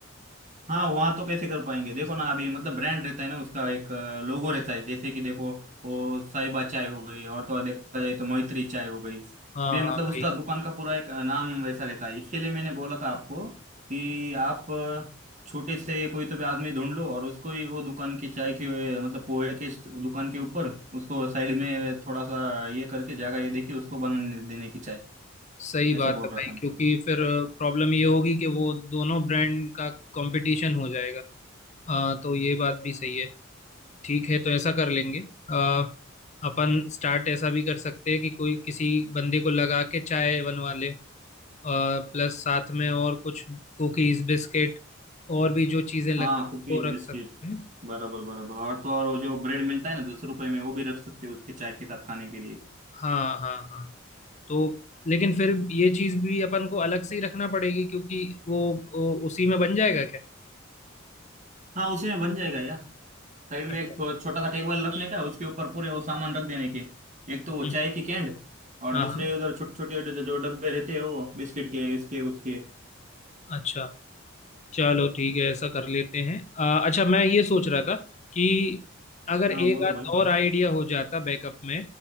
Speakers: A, on the right; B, on the left.
A: हाँ वहाँ तो कैसे कर पाएंगे देखो ना अभी मतलब ब्रांड रहता है ना उसका एक लोगो रहता है जैसे कि देखो वो साहिबा चाय हो गई और तो और देखा जाए तो मैत्री चाय हो गई
B: हाँ
A: भी मतलब
B: हाँ भाई
A: उसका दुकान का पूरा एक अ, नाम वैसा रहता है इसके लिए मैंने बोला था आपको कि आप अ, छोटे से कोई तो भी आदमी ढूंढ लो और उसको ही वो दुकान की चाय की अ, मतलब पोहे के स- दुकान के ऊपर उसको साइड में थोड़ा सा ये करके जगह ये देखिए उसको बनाने देने की चाय
B: सही बात
A: ऐसा बोल
B: है भाई
A: रहा था मैं
B: क्योंकि फिर प्रॉब्लम ये होगी कि वो दोनों ब्रांड का कंपटीशन हो जाएगा आ, तो ये बात भी सही है ठीक है तो ऐसा कर लेंगे आ, अपन स्टार्ट ऐसा भी कर सकते हैं कि कोई किसी बंदे को लगा के चाय बनवा ले प्लस साथ में और कुछ कुकीज बिस्किट और भी जो चीजें लग
A: हाँ कुकीज
B: वो
A: बिस्किट
B: रख सकते हैं
A: बराबर बराबर और तो और वो जो ब्रेड मिलता है ना दस रुपए में वो भी रख सकते हो उसके चाय के साथ खाने के लिए
B: हाँ हाँ हाँ तो लेकिन फिर ये चीज भी अपन को अलग से ही रखना पड़ेगी क्योंकि वो, वो उसी में बन जाएगा क्या
A: हाँ उसी में बन जाएगा यार साइड में
B: अच्छा
A: एक थोड़ा छोटा सा टेबल रखने का उसके ऊपर पूरे वो सामान रख देने के एक तो वो चाय
B: हम्म,
A: की कैंड और
B: हाँ
A: दूसरे
B: हाँ
A: उधर छोटे छोटे जो डब्बे रहते हैं वो बिस्किट के इसके उसके
B: अच्छा चलो ठीक है ऐसा कर लेते हैं अ, अच्छा मैं ये सोच रहा था कि अगर
A: हाँ
B: एक
A: बोलो
B: आध
A: भाई
B: और आइडिया हो जाता बैकअप में